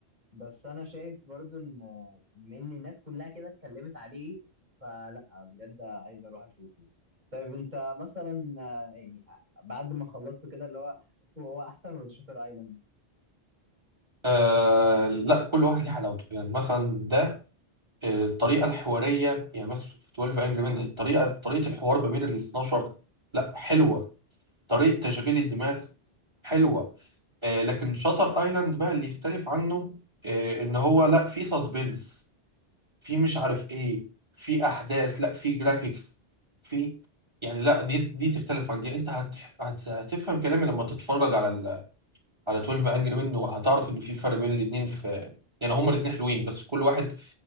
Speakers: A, on the right (about 40°); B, on the right (about 25°).
A: بس انا شايف برضو ان آه، بما ان الناس كلها كده اتكلمت عليه فلا بجد عايز اروح اشوفه طيب انت مثلا آه، يعني آه، بعد ما خلصته كده اللي هو حسيته هو احسن ولا شاتر ايلاند
B: آه لا كل واحد ليه حلاوته يعني مثلا ده آه، الطريقه الحواريه يعني مثلا في 12 انجري مان الطريقه طريقه الحوار ما بين ال 12 لا حلوه طريقه تشغيل الدماغ حلوه آه لكن شاتر ايلاند بقى اللي يختلف عنه آه ان هو لا في سسبنس في مش عارف ايه في احداث لا في جرافيكس في يعني لا دي دي تختلف عن دي انت هت... هت... هتفهم كلامي لما تتفرج على ال... على 12 انجري مان وهتعرف ان في فرق بين الاثنين في يعني هما الاثنين حلوين بس كل واحد